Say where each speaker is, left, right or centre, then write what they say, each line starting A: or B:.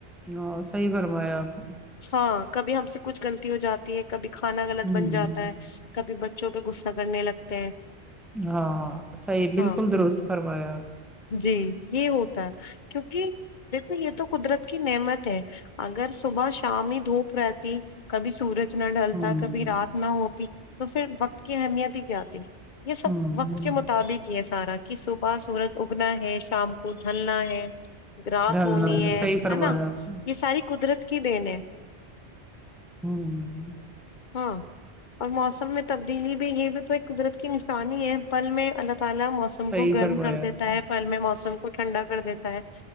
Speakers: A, in the centre; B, on the left (about 50°).
A: ہاں صحیح فرمایا آپ نے
B: ہاں کبھی ہم سے کچھ غلطی ہو جاتی ہے کبھی کھانا غلط
A: ہوں
B: بن جاتا ہے کبھی بچوں پہ غصہ کرنے لگتے ہیں
A: ہاں صحیح بالکل
B: ہاں
A: درست فرمایا
B: جی یہ ہوتا کیونکی دیکھو یہ تو قدرت کی نعمت ہے اگر صبح شام ہی دھوپ رہتی کبھی سورج نہ ڈھلتا
A: ہوں
B: کبھی رات نہ ہوتی تو پھر وقت کی اہمیت ہی کیا تھی یہ سب
A: ہوں
B: وقت کے مطابق ہی ہے سارا کہ صبح سورج اگنا ہے شام کو جلنا ہے رات
A: ڈھلنا
B: ہونی ہے
A: صحیح فرمایا
B: ہے نا
A: آپ نے
B: یہ ساری قدرت کی دین ہے
A: امم
B: ہاں اور موسم میں تبدیلی بھی یہ بھی تو ایک قدرت کی نشانی ہے پل میں الگ کالا موسم
A: صحیح
B: کو گرم
A: فرمایا
B: کر
A: آپ
B: دیتا
A: نے۔
B: ہے پل میں موسم کو ٹھنڈا کر دیتا ہے